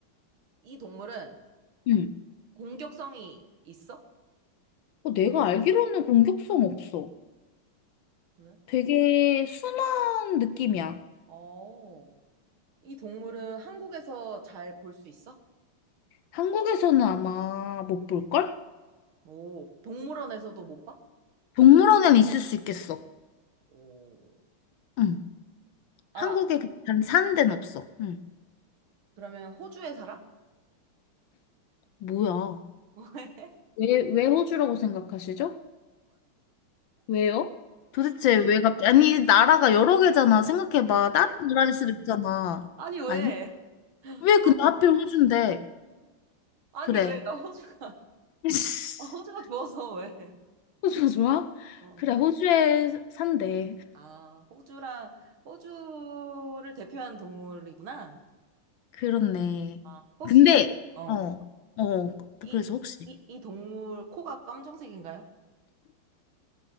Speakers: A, on the right; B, on the left.
A: 이 동물은
B: 응.
A: 공격성이 있어?
B: 어, 내가 알기로는 공격성 없어.
A: 그래?
B: 되게 순한 느낌이야.
A: 어, 이 동물은 한국에서 잘 볼 수 있어?
B: 한국에서는 아마 못 볼걸?
A: 오, 동물원에서도 못 봐?
B: 동물원에는 있을 수 있겠어.
A: 오.
B: 응.
A: 아,
B: 한국에 그 단 사는 데는 없어. 응.
A: 그러면 호주에 살아?
B: 뭐야.
A: <laughs> 왜?
B: 왜, 왜 호주라고 생각하시죠? 왜요? 도대체 왜 갑자기, 아니, 나라가 여러 개잖아. 생각해봐. 다른 나라일 수도 있잖아.
A: 아니, 왜?
B: 아니? 왜
A: 어,
B: 근데
A: 호-
B: 하필 호주인데?
A: 아니,
B: 그래.
A: 왜? 나 호주가, <laughs>
B: <laughs>
A: 아, 호주가 좋아서 왜?
B: 호주 좋아?
A: 어.
B: 그래, 호주에 산대.
A: 아, 호주랑, 호주를 대표하는 동물이구나.
B: 그렇네.
A: 아, 혹시,
B: 근데,
A: 어,
B: 어, 어,
A: 이,
B: 그래서 혹시.
A: 이, 이 동물 코가 검정색인가요?